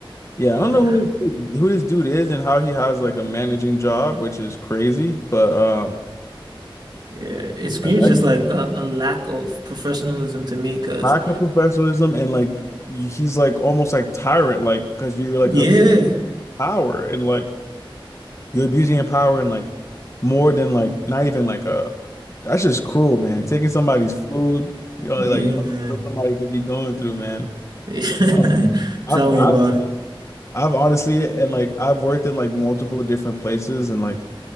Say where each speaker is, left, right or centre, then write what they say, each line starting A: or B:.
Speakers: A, on the left; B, on the right.
A: Yeah,
B: Uh,
A: I don't know who this, who this dude is and how he has like a managing job, which is crazy. But um,
B: yeah, it screams
A: I,
B: just like a, a lack of professionalism to me because
A: lack of professionalism and like he's like almost like tyrant, like because you're like
B: yeah,
A: a power and like you're abusing your power and like more than like not even like a that's just cruel, man. Taking somebody's food, you know,
B: yeah,
A: like you don't know what somebody could be going through, man.
B: <laughs> yeah.
A: Damn. I've
B: Tell
A: I've
B: me about it.
A: I've honestly and like I've worked in like multiple different places and like.